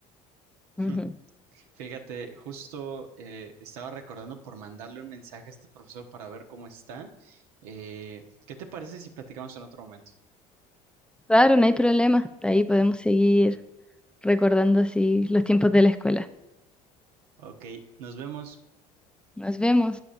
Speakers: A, in the centre; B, on the right.
A: Ujú.
B: Hm, Fíjate, justo eh, estaba recordando por mandarle un mensaje a este profesor para ver cómo está. Eh, ¿qué te parece si platicamos en otro momento?
A: Claro, no hay problema. De ahí podemos seguir recordando así los tiempos de la escuela.
B: Ok, nos vemos.
A: Nos vemos.